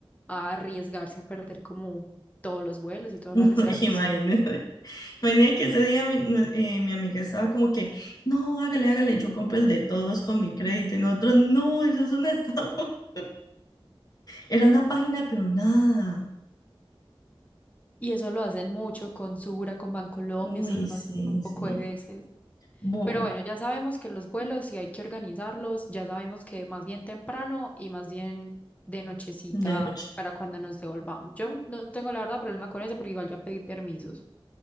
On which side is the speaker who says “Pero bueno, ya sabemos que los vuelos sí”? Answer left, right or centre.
Left